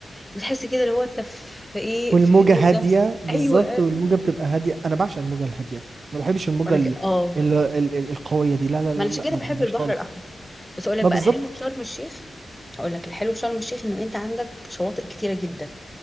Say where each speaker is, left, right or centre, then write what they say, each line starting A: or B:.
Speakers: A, in the centre; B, on the right.
A: وتحس كده اللي هو انت في في ايه
B: والموجة
A: في هدوء
B: هادية
A: نفسي
B: بالظبط
A: ايوه
B: والموجة بتبقى هادية انا بعشق الموجة الهادية ما بحبش
A: <laughs>
B: الموجة
A: وانا
B: ال...
A: ك... اه
B: ال... ال... ال- القوية دي لا لا لا
A: ما انا عشان
B: لا
A: كده
B: ما
A: بحب
B: بحبهاش
A: البحر
B: خالص
A: الاحمر بس اقول لك
B: ما
A: بقى
B: بالظبط
A: الحلو في شرم الشيخ هقول لك الحلو في شرم الشيخ انه انت عندك شواطئ كتيرة جدا